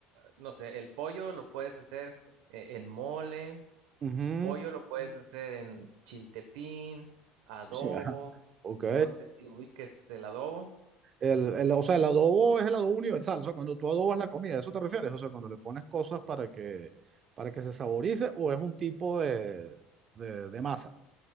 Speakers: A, on the right; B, on the right.
A: no sé, el pollo lo puedes hacer eh, en mole,
B: Ujú,
A: Pollo lo puedes hacer en chiltepín, adobo,
B: sí, ajá, ok.
A: no sé si ubiques el adobo.
B: El, el- o sea, el adobo es el adobo universal, o sea, cuando tú adobas la comida, ¿a eso te refieres? O sea, cuando le pones cosas para que, para que se saborice o es un tipo de, de, de masa.